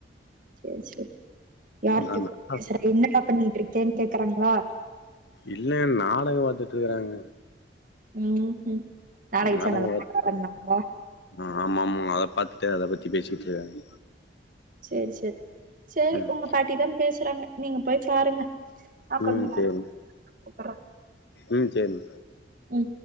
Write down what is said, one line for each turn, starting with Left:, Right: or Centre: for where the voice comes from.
Right: சேர் சேரி யாருட்ட
Left: நா நா
Right: பேசி என்னடா பண்ணிட்டு இருக்கேன்னு கேக்குறாங்களா
Left: இல்ல நாடகம் பாத்துட்டுருக்கறாங்க
Right: ம் நாடக
Left: நாடகோ
Right: சேனல <unintelligible>
Left: பாத்து ஆ ஆமா ஆமா ம் அத பாத்துட்டு அத பத்தி பேசிட்டு இருக்காங்க
Right: சேரி சேரி சேரி
Left: ம்
Right: உங்க பாட்டி தா பேசுறாங்க நீங்க போய் பாருங்க ஆ கொஞ்சம்
Left: ம்
Right: நேர
Left: சேரிங்க
Right: <inaudible> க்கர
Left: ம் சேரி
Right: ம்